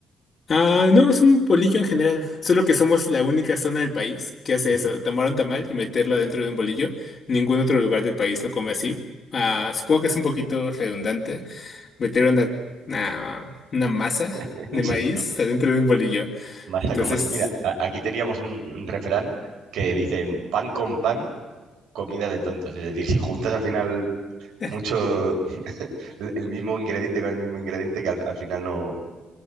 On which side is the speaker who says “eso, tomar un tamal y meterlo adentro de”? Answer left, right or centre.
Left